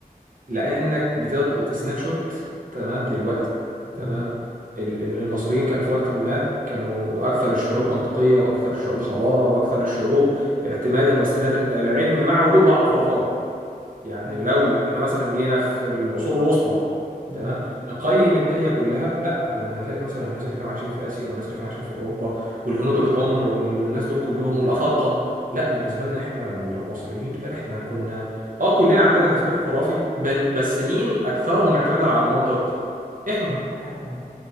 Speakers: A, on the right; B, on the left.
A: لانك بتلقط سناب شوت تمام دلوقتي تمام
B: مم.
A: ال- ال- المصريين كان في وقت ما كانوا اكثر الشعوب منطقيه واكثر الشعوب حضاره واكثر الشعوب اعتمادا واستنادا العلم مع وجود بعض الخرافات يعني
B: فهمتك
A: لو احنا مثلا جينا في العصور الوسطى
B: مم.
A: تمام نقيم الدنيا كلها لا كنا هنلاقي مثلا الناس اللي كانوا عايشين في اسيا والناس اللي كانوا عايشين في اوروبا والهنود الحمر وال- والناس دول كلهم والافارقه لا بالنسبه لنا احنا المصريين لا احنا كنا اه كلنا عندنا تفكير خرافي بن- بس مين اكثرهم اعتمادا على المنطق احنا
B: أك- احنا